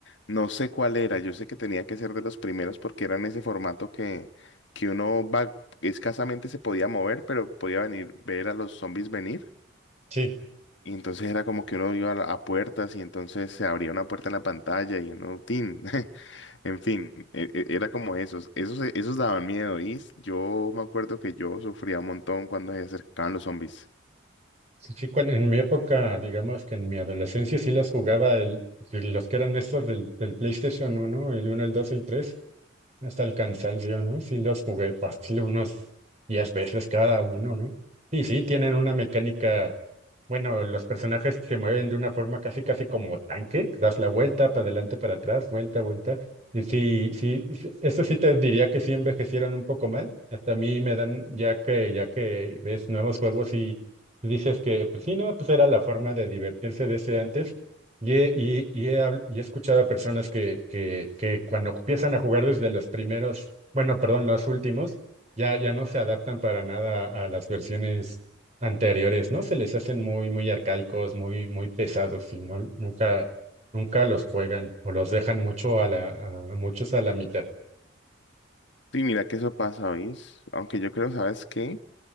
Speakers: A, on the left (about 65°); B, on the right (about 35°).
A: no sé cuál era, yo sé que tenía que ser de los primeros porque era en ese formato que, que uno va, escasamente se podía mover, pero podía venir, ver a los zombies venir.
B: Sí,
A: Y entonces era como que uno iba a, la- a puertas y entonces se abría una puerta en la pantalla y uno, tin. <laughs> En fin, e- e- era como esos. Esos, esos daban miedo. Y s- yo me acuerdo que yo sufría un montón cuando se acercaban los zombies.
B: sí, sí, cuan- en mi época, digamos que en mi adolescencia sí las jugaba, el, los que eran de estos del, del PlayStation uno el uno el dos el tres hasta el cansancio, ¿no? Sí, los jugué fácil unos 10 veces cada uno, ¿no? Y sí, tienen una mecánica, bueno, los personajes se mueven de una forma casi, casi como tanque, das la vuelta para adelante, para atrás, vuelta, vuelta. Y sí, sí, sí, eso sí te diría que sí envejecieron un poco mal. Hasta a mí me dan, ya que, ya que ves nuevos juegos y dices que, pues sí, no, pues era la forma de divertirse de ese antes y he, y- y he habl- y he escuchado a personas que, que, que cuando empiezan a jugar desde los primeros, bueno, perdón, los últimos, ya, ya no se adaptan para nada a las versiones anteriores, ¿no? Se les hacen muy, muy arcaicos, muy, muy pesados, y no, nunca, nunca los juegan o los dejan mucho a la, a muchos a la mitad.
A: Sí, mira que eso pasa, ¿oís? Aunque yo creo, ¿sabes qué?